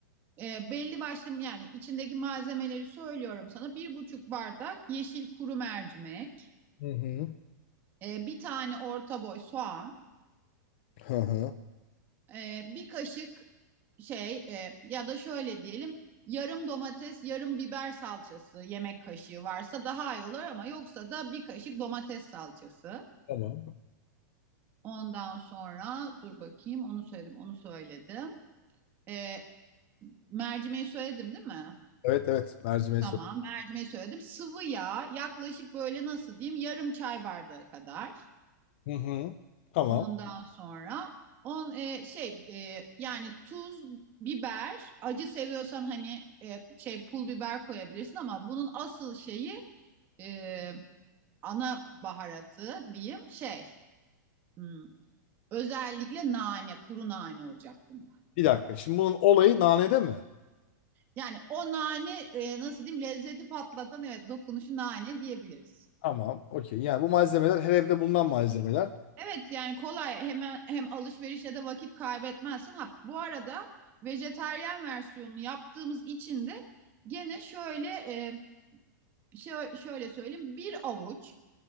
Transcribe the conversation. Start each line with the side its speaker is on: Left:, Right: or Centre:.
Right: Ee, belli başlı yani içindeki malzemeleri söylüyorum sana. Bir buçuk bardak yeşil kuru mercimek,
Left: Hı hı.
Right: e, bir tane orta boy soğan,
Left: Hı hı.
Right: e, bir kaşık şey e, ya da şöyle diyelim yarım domates yarım biber salçası yemek kaşığı varsa daha iyi olur ama yoksa da bir kaşık domates salçası.
Left: Tamam.
Right: Ondan sonra dur bakayım onu söyledim onu söyledim. E, mercimeği söyledim değil mi?
Left: Evet evet mercimeği
Right: Tamam
Left: söyle.
Right: mercimeği söyledim. Sıvı yağ yaklaşık böyle nasıl diyeyim yarım çay bardağı kadar.
Left: Hı hı. Tamam.
Right: Ondan
Left: Tamam.
Right: sonra on e, şey e, yani tuz, biber, acı seviyorsan hani e, şey pul biber koyabilirsin ama bunun asıl şeyi e, ana baharatı diyeyim şey hmm, özellikle nane, kuru nane olacak bunda.
Left: Bir dakika. Şimdi bunun olayı nanede mi?
Right: Yani o nane e, nasıl diyeyim lezzeti patlatan evet dokunuşu nane diyebiliriz.
Left: Tamam. Okey. Yani bu malzemeler her evde bulunan malzemeler.
Right: Evet yani kolay hemen hem alışverişle de vakit kaybetmezsin. Ha, bu arada vejetaryen versiyonunu yaptığımız için de gene şöyle e, şö- şöyle söyleyeyim bir avuç